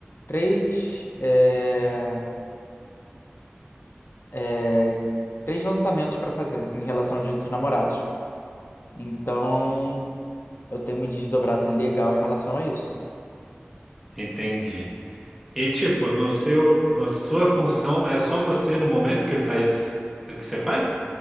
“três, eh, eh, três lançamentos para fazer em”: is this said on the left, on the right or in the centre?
Left